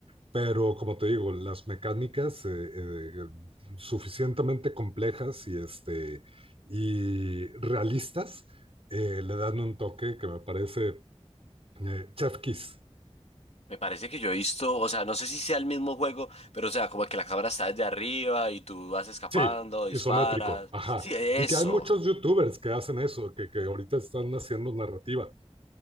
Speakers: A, on the right; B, on the left.
A: pero como te digo, las mecánicas eh, eh, suficientemente complejas y, este, y realistas eh, le dan un toque que me parece eh, chef kiss.
B: Me parece que yo he visto, o sea, no sé si sea el mismo juego, pero o sea, como que la cámara está desde arriba y tú vas escapando,
A: Sí,
B: disparas.
A: isométrico, ajá.
B: Sí, eso.
A: Y que hay muchos youtubers que hacen eso, que, que ahorita están haciendo narrativa.